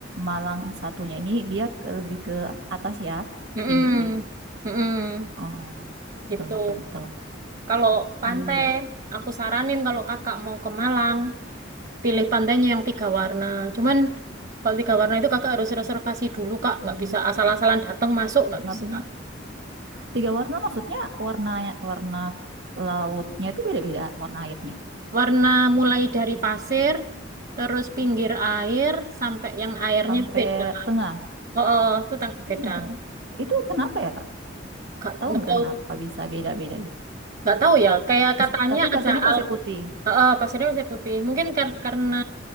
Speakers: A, on the right; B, on the right.
A: Malang satunya ini dia ke- lebih ke atas ya,
B: Mm-mm.
A: tinggi.
B: Mm-mm.
A: Oh, betul,
B: Gitu.
A: betul, betul.
B: Kalau pantai,
A: Iya,
B: aku saranin kalau kakak mau ke Malang, pilih pantainya yang tiga warna. Cuman kalau tiga warna itu kakak harus reservasi dulu Kak, nggak bisa asal-asalan datang masuk nggak
A: nggak
B: bisa.
A: bisa Tiga warna maksudnya warna warna lautnya itu beda-beda warna airnya
B: Warna mulai dari pasir, terus pinggir air, sampai yang airnya
A: sampai
B: itu beda.
A: tengah.
B: Oh, oh oh, itu tang beda.
A: Oh, itu kenapa ya Kak?
B: Gak,
A: Tahu
B: nggak
A: nggak
B: tahu,
A: kenapa bisa beda-beda gitu?
B: nggak tahu ya. Kayak
A: Pasti-
B: katanya
A: tapi
B: ada
A: pasirnya pasir
B: alga.
A: putih,
B: Oh, oh, pasirnya pasir putih. Mungkin kar- karena